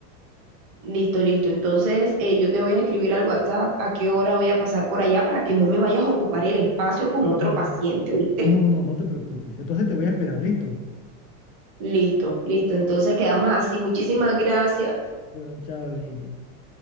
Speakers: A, on the right; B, on the left.
A: Listo, listo. Entonces, eh, yo te voy a escribir al WhatsApp a qué hora voy a pasar por allá para que no me vayas a ocupar el espacio con
B: Ujú.
A: otro paciente, ¿oíste?
B: No, no, no te preocupes. Entonces te voy a esperar, ¿listo?
A: Listo, listo. Entonces, quedamos así. Muchísimas gracias.
B: Bueno, chao, lady.